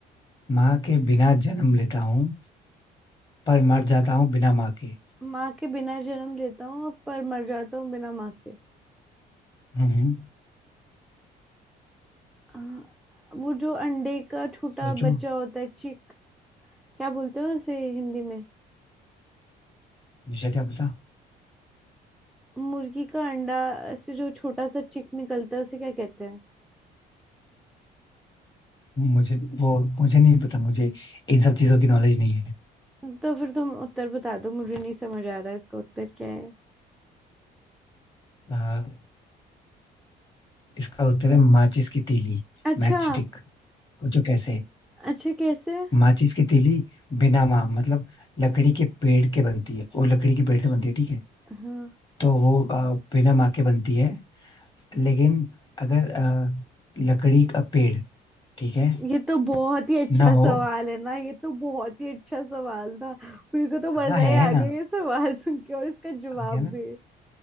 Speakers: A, on the left; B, in the centre.
A: माँ के बिना जन्म लेता हूँ पर मर जाता हूँ बिना माँ के
B: माँ के बिना जन्म लेता हूँ पर मर जाता हूँ बिना माँ के
A: हम्म हम्म,
B: हाँ, वो जो अंडे का छोटा
A: सोचो
B: बच्चा होता है चिक क्या बोलते हैं उसे हिंदी में
A: मुझे क्या पता
B: मुर्गी का अंडा से जो छोटा सा चिक निकलता है उसे क्या कहते हैं
A: मुझे वो मुझे नहीं पता मुझे इन सब चीजों की नॉलेज नहीं है
B: तो फिर तुम उत्तर बता दो मुझे नहीं समझ आ रहा है इसका उत्तर क्या है
A: आ, इसका उत्तर है माचिस की तीली
B: अच्छा
A: Match stick सोचो कैसे
B: अच्छा कैसे
A: माचिस की तीली बिना माँ मतलब लकड़ी के पेड़ के बनती है वो लकड़ी के पेड़ से बनती है ठीक है
B: हाँ
A: तो वो आ, बिना माँ के बनती है लेकिन अगर आ, लकड़ी का पेड़ ठीक है
B: ये तो बहुत ही अच्छा
A: ना
B: सवाल
A: हो
B: है ना ये तो बहुत ही अच्छा सवाल था मेरे को तो मजा
A: हाँ है
B: ही आ
A: ना
B: गया ये सवाल सुन के और इसका जवाब
A: आ गया ना
B: भी